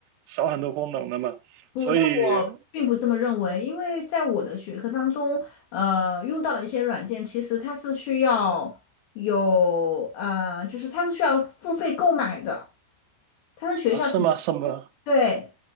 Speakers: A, on the right; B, on the left.
A: 少很多功能的嘛，
B: 我，
A: 所以
B: 但我并不这么认为，因为在我的学科当中，呃，用到了一些软件，其实它是需要有，呃，就是它是需要付费购买的，它是学校统。
A: 啊，是吗？是吗？
B: 对，